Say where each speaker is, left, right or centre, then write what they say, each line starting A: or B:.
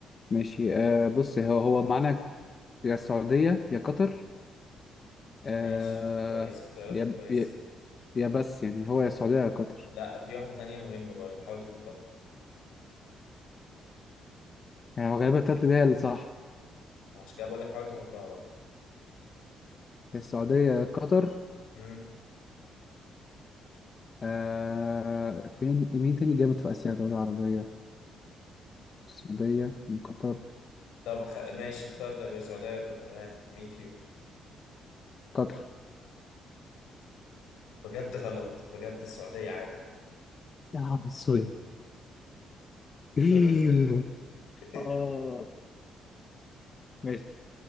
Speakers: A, on the left; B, on the left.
A: ماشي آه بص هو هو معانا يا السعودية يا قطر آه
B: ماشي كويس اختياراتك
A: يا
B: كويسة
A: يا يا بس يعني هو يا السعودية يا قطر
B: لا في واحدة تانية مهمة برضو حاول تحطها
A: يعني هو غالبا التالتة دي هي اللي صح
B: عشان كده بقول لك حاول تحطها بقى
A: يا السعودية يا قطر
B: امم
A: آه فين مين تاني جامد في آسيا دولة عربية السعودية من قطر
B: طب خ... ماشي اختار طب يا سعودية يا قطر ها مين فيهم
A: قطر
B: بجد غلط بجد السعودية عادي
A: يا عم سوري <laughs>
B: طب اسأل <laughs>
A: اه ماشي